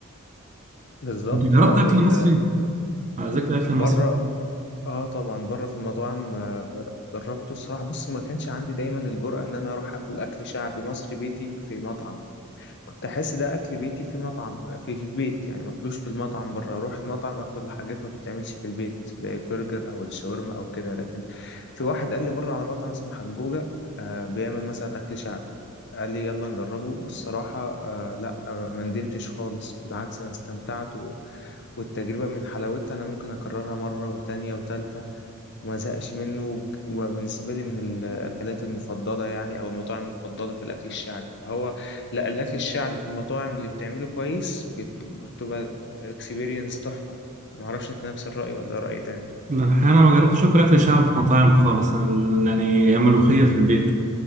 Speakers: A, on the left; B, on the right.
A: بالظبط
B: انت جربت
A: اه
B: اكل
A: وال
B: مصري على ذكر الاكل
A: بره
B: المصري
A: اه طبعا بره في المطاعم آه، آه، جربته الصراحه بص ما كانش عندي دايما الجرأة ان انا اروح اكل اكل شعبي مصري بيتي في مطعم كنت احس ده اكل بيتي في مطعم في في البيت يعني ماكلوش في المطعم بره اروح المطعم اكل حاجات ما بتتعملش في البيت زي البرجر او الشاورما او كده لكن في واحد قال لي مره على مطعم اسمه حجوجه آه بيعمل مثلا اكل شعبي قال لي يلا نجربه الصراحه آه لا آه ما ندمتش خالص بالعكس انا استمتعت و... والتجربه من حلاوتها انا ممكن اكررها مره وتانية وتالتة وما زهقش منه وبالنسبة لي من الأكلات المفضلة يعني أو المطاعم المفضلة في الأكل الشعبي فهو لا الأكل الشعبي في المطاعم اللي بتعمله كويس بت- بتبقى اكسبيرينس تحفة معرفش أنت نفس الرأي ولا رأي تاني
B: لا، الحقيقة انا ما جربتش اكل اكل شعبي في مطاعم خالص أنا ال- يعني هي ملوخيه في البيت